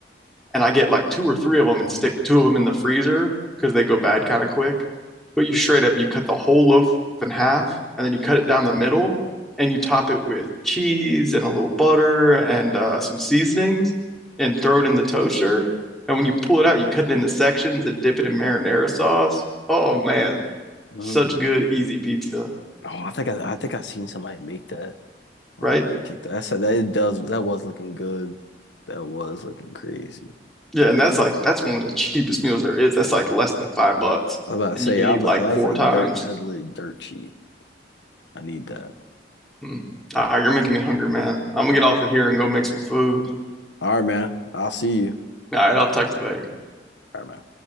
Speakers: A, in the centre; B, on the left.
A: and I get like two or three of them and stick two of them in the freezer because they go bad kind of quick. But you straight up, you cut the whole loaf in half and then you cut it down the middle and you top it with cheese and a little butter and uh, some seasonings and throw it in the toaster. And when you pull it out, you cut it into sections and dip it in marinara sauce. Oh man,
B: Mm.
A: such good, easy pizza,
B: Oh, I think I, I think I've seen somebody make that on
A: right?
B: TikTok. I said, that it does that was looking good. That was looking crazy.
A: Yeah, and that's like that's one of the cheapest meals there is. That's like less than five bucks,
B: I was about to
A: and
B: say
A: you can
B: I
A: eat
B: was
A: like
B: like that's
A: four
B: like
A: times.
B: dirt. That's literally dirt cheap. I need that.
A: Mm.
B: But
A: All
B: uh,
A: right, you're making me hungry, man. I'm gonna get off of here and go make some food.
B: all right, man. I'll see you.
A: All right, I'll talk to you later.
B: All right, man.